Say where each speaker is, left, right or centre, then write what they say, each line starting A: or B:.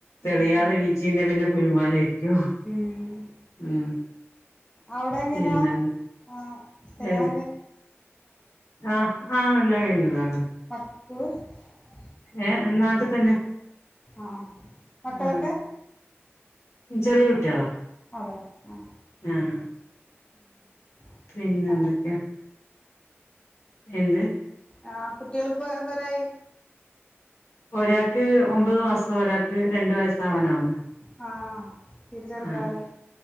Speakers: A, on the left; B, on the left.
A: തെളിയാതെ
B: ഉം
A: എണീച്ചീണ്ടെ പിന്നെ ഗുല്മാലായിരിക്കും
B: ഉം
A: ഉം
B: അവിടെ എങ്ങനാ
A: പിന്നെ
B: ആ <unintelligible>
A: ഏഹ് ആഹ് ആഹ് എല്ലാം കഴിഞ്ഞതാണ്
B: <unintelligible>
A: ഏ നാട്ടിൽ തന്നെ
B: ആഹ് മക്കളൊക്കെ
A: ആഹ് ചെറിയ കുട്ടികളാ
B: അതെ ആ
A: ആഹ്
B: <unintelligible>
A: പിന്നെന്തൊക്കെയാ
B: ആ
A: എന്ത്
B: ആ കുട്ടികളിപ്പൊ എന്തൊരു ആയി
A: ഒരാക്ക് ഒമ്പത് മാസം ഒരാൾക്ക് രണ്ടു വയസ് ആവാനാവുന്നു
B: ആ തീരെ ചെറുതാല്ലേ
A: ആഹ്